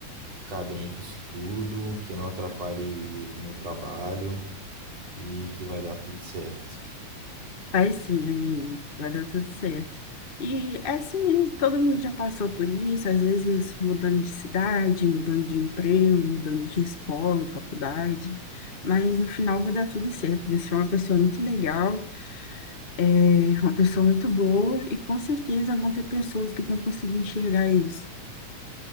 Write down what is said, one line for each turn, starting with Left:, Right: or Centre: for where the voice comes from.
Right: ficar bem com isso tudo, que não atrapalhe meu trabalho e que vai dar tudo certo.
Left: Vai sim, amigo, vai dar tudo certo. E é assim mesmo, todo mundo já passou por isso, às vezes mudando de cidade, mudando de emprego, mudando de escola, faculdade, mas no final vai dar tudo certo. Você é uma pessoa muito legal É uma pessoa muito boa e com certeza vão ter pessoas que vão conseguir enxergar isso.